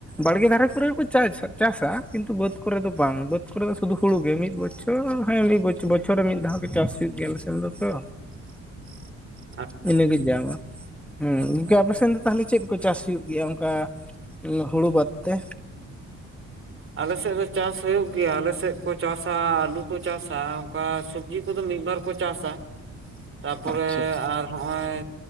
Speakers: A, in the centre; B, on the right.
A: ᱵᱟᱲᱜᱮ ᱫᱷᱟᱨᱮ ᱠᱚᱨᱮ ᱦᱚᱠᱚ ᱪᱟᱪ ᱪᱟᱥᱟ ᱠᱤᱱᱛᱩ ᱵᱟᱹᱫᱽ ᱠᱚᱨᱮ ᱫᱚ ᱵᱟᱝ ᱵᱟᱹᱫᱽ ᱠᱚᱨᱮ ᱫᱚ ᱥᱩᱫᱩ ᱦᱩᱲᱩ ᱜᱮ ᱢᱤᱫ ᱵᱚᱪᱚᱨ ᱦᱮᱸ ᱢᱤᱫᱚ ᱵᱚᱪᱷᱚᱨ ᱨᱮ ᱢᱤᱫ ᱫᱷᱟᱣ ᱜᱮ ᱪᱟᱥ ᱦᱩᱭᱩᱜ ᱜᱮᱭᱟᱞᱮᱥᱮᱱ ᱫᱚ ᱛᱚ᱾
B: <inaudible>
A: ᱤᱱᱟᱹᱜᱮ ᱡᱟᱢ ᱦᱮᱸ ᱜᱚᱝᱠᱮ ᱟᱯᱮᱥᱮᱫ ᱫᱚ ᱛᱟᱦᱚᱞᱮ ᱪᱮᱫ ᱠᱚ ᱪᱟᱥ ᱦᱩᱭᱩᱜ ᱜᱮᱭᱟ ᱚᱱᱠᱟ ᱦᱩᱲᱩ ᱵᱟᱫ ᱛᱮ
B: ᱟᱞᱮᱥᱮᱫ ᱫᱚ ᱪᱟᱥ ᱦᱩᱭᱩᱜ ᱜᱮᱭᱟ ᱟᱞᱮᱥᱮᱫ ᱠᱚ ᱪᱟᱥ ᱟ ᱟᱹᱞᱩ ᱠᱚ ᱪᱟᱥ ᱟ ᱚᱱᱠᱟ ᱥᱚᱵᱡᱤ ᱠᱚᱫᱚ ᱢᱤᱫᱵᱟᱨ ᱠᱚ ᱪᱟᱥ ᱟ ᱛᱟᱯᱚᱨᱮ
A: ᱟᱪᱪᱷᱟ
B: ᱟᱨ ᱦᱚᱜᱼᱚᱭ